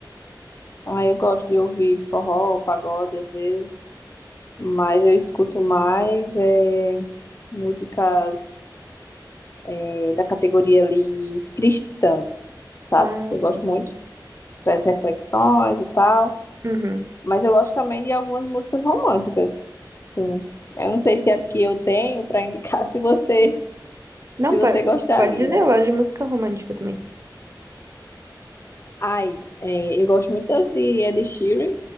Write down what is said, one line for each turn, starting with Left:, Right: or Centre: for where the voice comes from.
Left: Ai, eu gosto de ouvir forró, pagode, às vezes, mas eu escuto mais é, músicas é, da categoria ali cristãs, sabe?
Right: Ah,
Left: Eu
Right: sim.
Left: gosto muito das reflexões e tal,
Right: Uhum.
Left: mas eu gosto também de algumas músicas românticas, assim. Eu não sei se as que eu tenho para indicar, <laughs> se você
Right: Não,
Left: se você
Right: pode,
Left: gostaria.
Right: pode dizer, eu gosto de música romântica também.
Left: Ai, é, eu gosto muito das de Ed Sheeran.